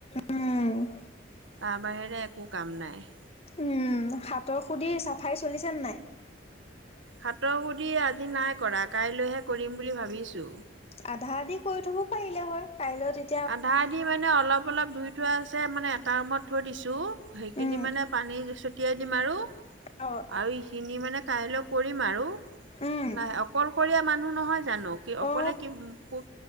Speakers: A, on the left; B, on the right.
A: উম।
B: তাৰ বাহিৰে একো কাম নাই।
A: উম, হাতৰ সুধি চাফাই চলিছেনে নাই?
B: হাতৰ সুধি আজি নাই কৰা, কাইলৈহে কৰিম বুলি ভাবিছো।
A: আধা আধি কৰি থব পাৰিলে হয়, কাইলৈ তে
B: আধা আধি মানে অলপ অলপ ধুই থোৱা আছে মানে এটা ৰুমত থৈ দিছোঁ সেইখিনি
A: উম
B: মানে পানী ছটিয়াই দিম আৰু
A: অ
B: আৰু ইখিনি মানে কাইলৈ কৰিম আৰু
A: উম
B: লাহে অকলশৰীয়া মানুহ নহয় জানো কি অকলে
A: অ
B: কি ক